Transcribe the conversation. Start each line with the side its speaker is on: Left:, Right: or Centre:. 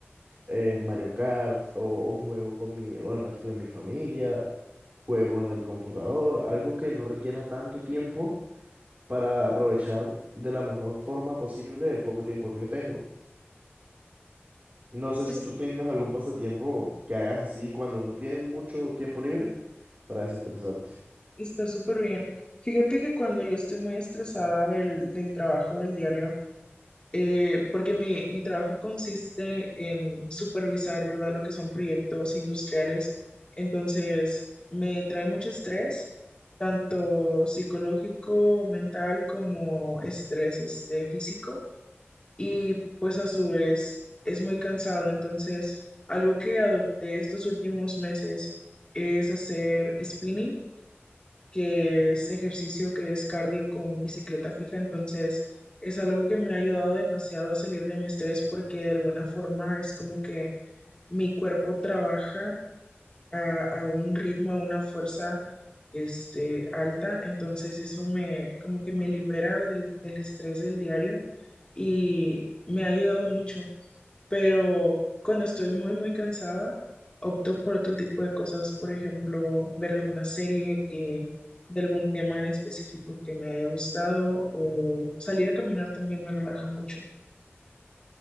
Right: eh, Mario Kart, o, o juego con mi, con el resto de mi familia juego en el computador, algo que no requiera tanto tiempo para aprovechar de la mejor forma posible el poco tiempo que tengo. No sé
Left: pues,
Right: si tú tengas algún pasatiempo que hagas así cuando no tienes mucho tiempo libre para desestresarte.
Left: está súper bien. Fíjate que cuando yo estoy muy estresada del, del trabajo del diario, eh, porque mi, mi trabajo consiste en supervisar, ¿verdad? Lo que son proyectos industriales. Entonces, me trae mucho estrés, tanto psicológico, mental, como estrés, este, físico. Y pues a su vez es muy cansado. Entonces, algo que adopté estos últimos meses es hacer spinning que es ejercicio que es cardio con bicicleta fija, entonces es algo que me ha ayudado demasiado a salir de mi estrés porque de alguna forma es como que mi cuerpo trabaja a, a un ritmo, a una fuerza este, alta, entonces eso me como que me libera del, del estrés del diario y me ha ayudado mucho pero cuando estoy muy, muy cansada, opto por otro tipo de cosas, por ejemplo, ver alguna serie que, de algún tema en específico que me haya gustado o salir a caminar también me relaja mucho.